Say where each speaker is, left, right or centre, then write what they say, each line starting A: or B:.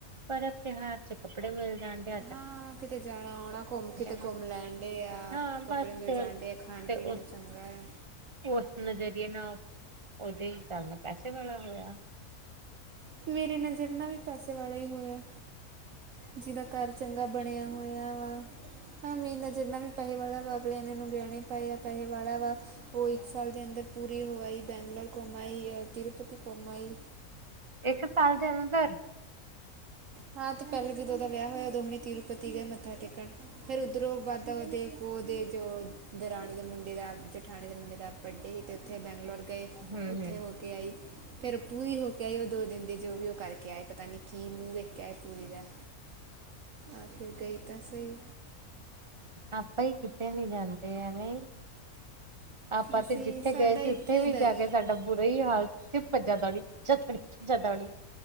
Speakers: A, on the right; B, on the right.
A: ਪਰਤ ਤਿਉਹਾਰ ਚ ਕੱਪੜੇ ਮਿਲ ਜਾਂਦੇ ਆ।
B: ਹਾਂ ਕਿਤੇ ਜਾਣਾ ਆਣਾ ਘੁੰਮ ਕਿਤੇ
A: ਵਾ
B: ਘੁੰਮ ਲੈਣ ਡਏ ਆ,
A: ਹਾਂ
B: ਕੱਪੜੇ
A: ਬਸ
B: ਮਿਲ ਜਾਣ ਡਏ ਆ। ਖਾਣ
A: ਤੇ
B: ਪੀਣ
A: ਉਸ
B: ਨੂੰ ਚੰਗਾ ਐ।
A: ਉਸ ਨਜ਼ਰੀਏ ਨਾਅ, ਉਹਦੇ ਹਿਸਾਬ ਨਾਲ ਪੈਸੇ ਵਾਲਾ ਹੋਇਆ।
B: ਮੇਰੀ ਨਜ਼ਰ ਨਾਅ ਵੀ ਪੈਸੇ ਵਾਲਾ ਹੀ ਹੋਇਆ। ਜਿਹਦਾ ਘਰ ਚੰਗਾ ਬਣਿਆ ਹੋਇਆ ਵਾ, ਹਾਂ ਮੇਰ ਨਜਰ ਨਾਲ ਵੀ ਪੈਹੇ ਵਾਲਾ ਵਾ ਅਗਲਿਆ ਨੇ ਉਹਨੂੰ ਗਹਿਣੇ ਪਾਏ ਆ ਪੈਸੇ ਵਾਲਾ ਵਾ। ਉਈ ਇੱਕ ਸਾਲ ਦੇ ਅੰਦਰ ਪੂਰੀ ਹੋ ਆਈ ਬੈਂਗਲੋਰ ਘੁੰਮ ਆਈ ਅ ਤਰੂਪਤੀ ਘੁੰਮ ਆਈ।
A: ਇੱਕ ਸਾਲ ਦੇ ਅੰਦਰ।
B: ਹਾਂ ਤੇ ਪਹਿਲੇ ਜਦੋਂ ਉਹ ਦਾ ਵਿਆਹ ਹੋਇਆ ਉਦੋਂ ਹੁਣੀ ਤੀਰੂਪਤੀ ਗਏ ਮੱਥਾ ਟੇਕਣ। ਫਿਰ ਉੱਧਰੋਂ ਵਾਧਾ ਵਧ ਕੋ ਦੇ ਜੋ ਦਰਾਣੀ ਦੇ ਮੁੰਡੇ ਦਾ ਜਠਾਣੀ ਦੇ ਮੁੰਡੇ ਦਾ ਬਡੇ ਤੇ ਉੱਥੇ ਬੈਂਗਲੋਰ ਗਏ
A: ਹੂੰ
B: ਉੱਥੇ
A: ਹੂੰ
B: ਉਹ ਕੇ ਆਈ ਫਿਰ ਪੂਰੀ ਹੋ ਕੇ ਆਈ ਉਹ ਦੋ ਦਿੰਦੇ ਜੋ ਵੀ ਉਹ ਕਰਕੇ ਆਏ ਪਤਾ ਨੀ ਕੀ ਮੂੰਹ ਵੇਖਕੇ ਆਏ ਪੂਰੀ ਦਾ। ਆਖਿਰ ਗਈ ਤਾਂ ਸਈ।
A: ਆਪਾ ਈ ਕਿਤੇ ਨੀ ਜਾਂਦੇ ਐਵੇਂ। ਆਪਾਂ
B: ਅਸੀਂ
A: ਤੇ ਜਿੱਥੇ
B: ਸਾਡਾ
A: ਗਏ
B: ਇੱਥੇ
A: ਸੀ ਉੱਥੇ ਵੀ
B: ਹੀ ਦਰ
A: ਜਾ ਕੇ ਸਾਡਾ ਬੁਰਾ ਈ ਹਾਲ ਭੱਜਾ ਦੋੜੀ <unintelligible>